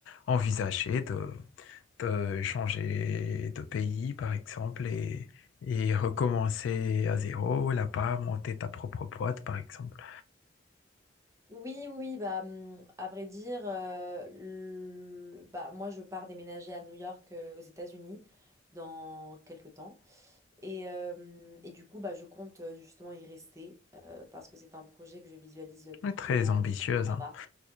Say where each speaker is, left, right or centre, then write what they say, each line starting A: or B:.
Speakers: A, on the left; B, on the right.
A: envisagé de, de changer de pays, par exemple, et, et recommencer à zéro, là-bas, monter ta propre boîte, par exemple?
B: Oui, oui, oui, bah, hum, à vrai dire, euh, le- bah, moi, je pars déménager à New York, euh, aux États-Unis, dans quelques temps. Et, euh, et du coup, bah, je compte euh, justement y rester, euh, parce que c'est un projet que je visualise
A: Oui,
B: plutôt
A: très
B: en
A: ambitieuse,
B: étant là-bas.
A: hein.